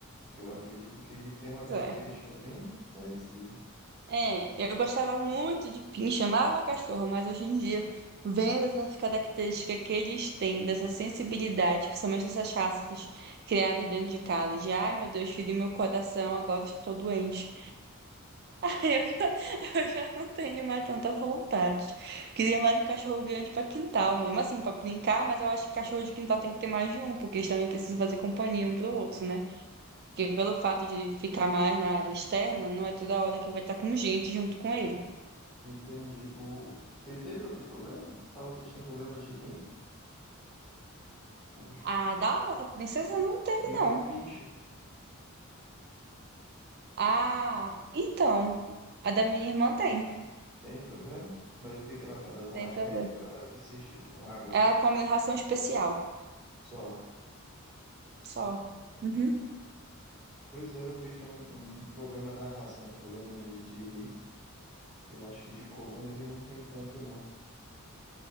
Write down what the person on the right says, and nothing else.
pois é.
É, eu gostava muito de pincher, amava cachorro, mas hoje em dia, vendo essas características que eles têm, dessa sensibilidade, principalmente essas raças criadas dentro de casa, de ai meu Deus, feri meu coração, agora estou doente. <laughs> Eu já, eu já não tenho mais tanta vontade. Queria mais um cachorro grande para quintal, mesmo assim, para brincar, mas eu acho que cachorro de quintal tem que ter mais de um, porque eles também precisam fazer companhia um para o outro, né? Porque pelo fato de ficar mais na área externa, não é toda hora que vai estar com gente junto com ele.
A da outra princesa não teve,
não.
Ah, então, a da minha irmã tem,
tem
problema.
Ela come ração especial,
só. Uhum.